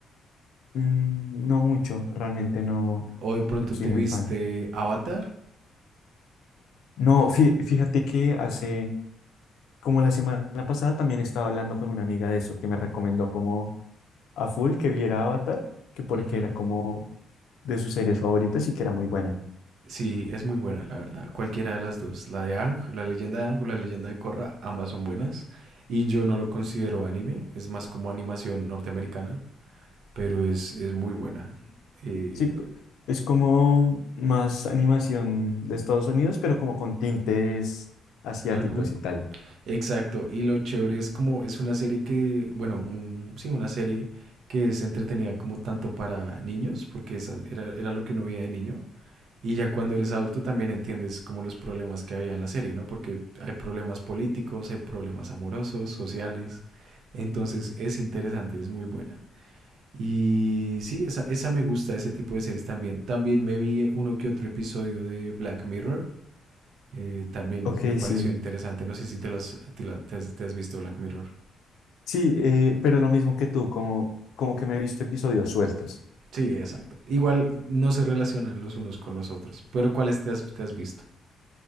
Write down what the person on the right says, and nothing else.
O de pronto
te
viste
Avatar.
Ujú.
Sí, es muy buena, la verdad. Cualquiera de las dos, la de Ang, la leyenda de Ang o la leyenda de Korra, ambas son buenas. Y yo no lo considero anime, es más como animación norteamericana, pero es, es muy buena. Eh,
ujú.
Exacto, y lo chévere es como es una serie que, bueno, un, sí, una serie que es entretenida como tanto para niños, porque esa era, era lo que uno veía de niño, y ya cuando eres adulto también entiendes como los problemas que había en la serie, ¿no? Porque hay problemas políticos, hay problemas amorosos, sociales, entonces es interesante, es muy buena. Y sí, esa, esa me gusta, ese tipo de series también. También me vi uno que otro episodio de Black Mirror, eh, también
es- me pareció
interesante. No sé si te, lo has, te, lo- te has, te has visto Black Mirror.
Sí, exacto. Igual no se relacionan los unos con los otros, pero ¿cuáles te has, te has visto?